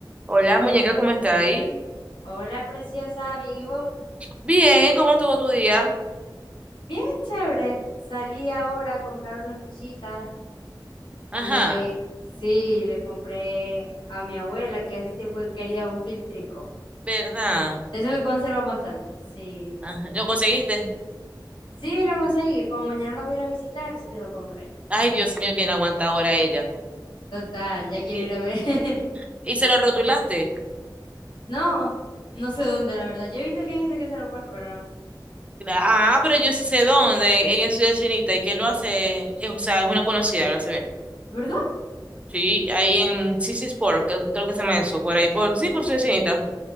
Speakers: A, on the right (about 15°); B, on the left (about 80°).
A: Hola, muñeca, ¿cómo está ahí?
B: Hola, preciosa, ¿bien y vos?
A: Bien, ¿cómo estuvo tu día?
B: Bien, chévere. Salí ahora a comprar unas cositas.
A: Ajá,
B: Le, sí, le compré a mi abuela que hace tiempo que quería un filtrico.
A: ¿verdad?
B: De Eso que conservan bastante. Sí,
A: Ajá, ¿Lo conseguiste?
B: sí, lo conseguí. Como mañana lo voy a ir a visitar, sí te lo compré.
A: Ay, Dios mío, que no aguanta ahora ella.
B: Total, ya quiero
A: Y-
B: ir a ver. <laughs>
A: ¿Y se lo rotulaste?
B: No, no sé dónde, la verdad. Yo he visto que hay gente que se lo pone, pero no.
A: Cla- Ah, pero yo sí sé dónde, en, en Ciudad Chinita, y quién lo hace, es, o sea, es una conocida, lo hace bien.
B: ¿Verdad?
A: Sí, ahí en CC Sport, que- creo que se llama eso, por ahí, por, sí, por Ciudad Chinita.